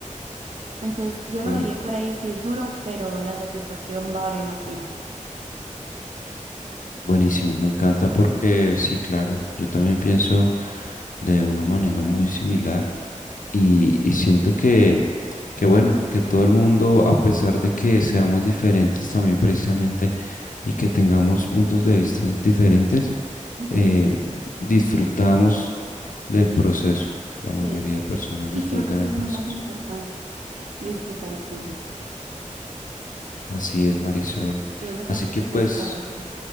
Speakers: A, on the right (about 55°); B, on the left (about 80°).
A: Entonces yo
B: Buen-
A: lo vería por ahí, si es duro, pero la satisfacción va a valer la pena.
B: buenísimo, me encanta porque sí, claro, yo también pienso de una manera muy similar. Y, y siento que, que, bueno, que todo el mundo, a pesar de que seamos diferentes también precisamente y que tengamos puntos de vista diferentes,
A: Ujú,
B: eh, disfrutamos del proceso. La
A: Sí,
B: mayoría de personas
A: Y
B: disfrutan
A: creo que eso
B: el
A: es
B: proceso.
A: lo más importante, disfrutar el proceso.
B: Así es, Marisol.
A: Y es lo que
B: Así
A: más
B: que pues,
A: cuesta a veces.